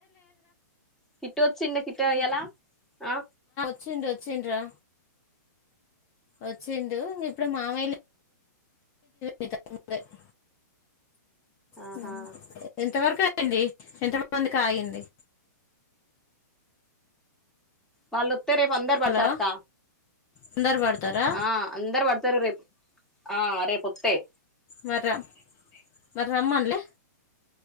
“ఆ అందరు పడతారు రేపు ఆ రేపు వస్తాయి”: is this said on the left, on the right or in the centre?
Centre